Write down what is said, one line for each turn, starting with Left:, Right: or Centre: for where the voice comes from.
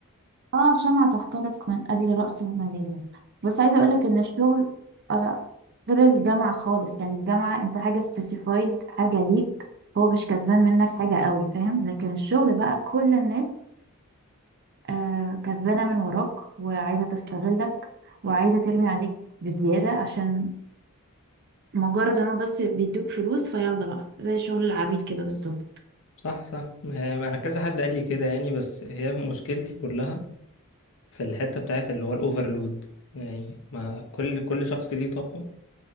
Right: اه عشان هتحترق من أجل رأس المالية بس عايزة أقولك إن الشغل آه غير الجامعة خالص يعني الجامعة أنت حاجة سبيسيفايد حاجة ليك هو مش كسبان منك حاجة قوي فاهم لكن الشغل بقى كل الناس آه، كسبانة من وراك وعايزة تستغلك وعايزة ترمي عليك بزيادة عشان مجرد ان هو بس بيدوك فلوس فيلا بقى زي شغل العبيد كده بالظبط
Left: صح صح ما- ما انا كذا حد قال لي كده يعني بس هي مشكلتي كلها في الحته بتاعت اللي هو الاوفرلود يعني ما كل كل شخص ليه طاقه